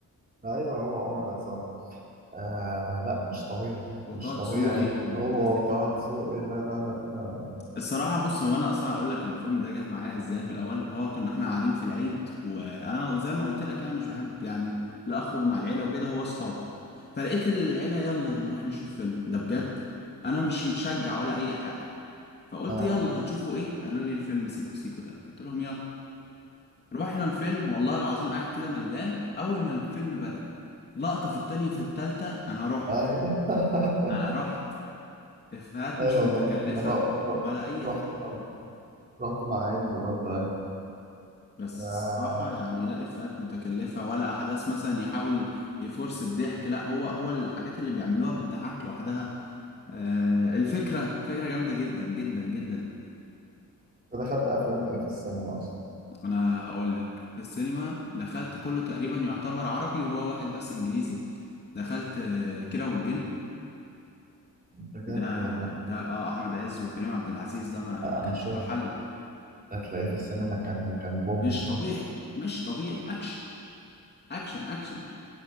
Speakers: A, on the right; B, on the left.
A: ايوه هو عمر عصام آه لا مش طبيعي
B: وطه
A: مش طبيعي
B: دسوقي والناس
A: هو
B: دي
A: وطه
B: كلها
A: دسوقي لا لا لا آه.
B: الصراحة بص هو أنا أصلا هقول لك الفيلم ده جه معايا إزاي في الأول هو كنا إحنا قاعدين في العيد وأنا زي ما قلت لك يعني مش بحب يعني لا أخرج مع العيلة وكده هو أصحاب فلقيت العيلة يلا نروح نشوف فيلم ده بجد أنا مش متشجع ولا أي حاجة فقلت
A: آه.
B: يلا هتشوفوا إيه قالوا لي الفيلم سيكو سيكو ده قلت لهم يلا رحنا الفيلم والله العظيم قاعد كده ملان أول ما الفيلم بدأ لقطة في التانية في التالتة أنا رحت
A: آه، ايوه <laughs>
B: أنا رحت إفيهات
A: ايوه
B: مش
A: والله
B: متكلفة
A: انا را- را-
B: ولا أي
A: رحت
B: حاجة
A: برضه رحت مع عيلتي برضه ايوه
B: بس
A: آه.
B: الصراحة يعني لا إفيهات متكلفة ولا أحداث مثلا يحاول يفرس الضحك لا هو هو الحاجات اللي بيعملوها بتضحك لوحدها آه الفكرة الفكرة جامدة جدا جدا جدا
A: دخلت افلام ايه في السينما اصلا
B: أنا هقول لك في السينما دخلت كله تقريبا يعتبر عربي وهو واحد بس إنجليزي دخلت آه كيرة والجن
A: بجد
B: ده
A: والله
B: ده آه أحمد عز وكريم عبد العزيز ده ما
A: لا،
B: ما كانش
A: انا شوف
B: له حل
A: هتلاقيه في السينما كان كان بوم
B: مش طبيعي مش طبيعي أكشن أكشن أكشن